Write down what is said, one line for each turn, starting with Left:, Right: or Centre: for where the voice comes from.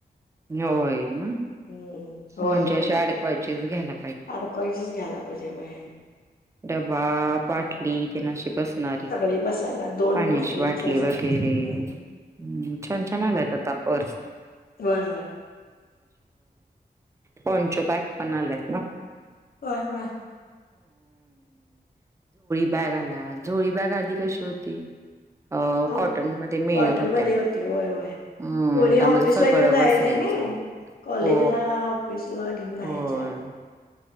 Right: होय ना.
Left: हम्म होय
Right: म्हणजे
Left: होय
Right: अशि
Left: होय
Right: अडकवायचीच घ्याला.
Left: अडकवायचीच घ्यायला पाहिजे बाई
Right: डबा बाटली तेन अशी बस नारी
Left: सगळी बसायला दोन
Right: पाण्याची
Left: कपडे
Right: बाटली
Left: बसायसाठी
Right: वगैरे
Left: हम्म
Right: छान छान आलायत आता पर्स.
Left: वय वय.
Right: पंचबॅग पण आल्यात ना?
Left: होय होय.
Right: बॅगाला झोळी बॅग आधी कशी होती. अ
Left: छान
Right: कॉटनमध्ये मिळत
Left: कॉटन
Right: होत्या.
Left: मध्ये होती होय होय
Right: हम्म
Left: पोरी
Right: त्यामध्ये
Left: ऑफिसला
Right: सगळं
Left: घेऊन जायचे
Right: बसायचं,
Left: नाही कॉलेजला
Right: हो.
Left: ऑफिसला घेऊन जायच्या
Right: होय.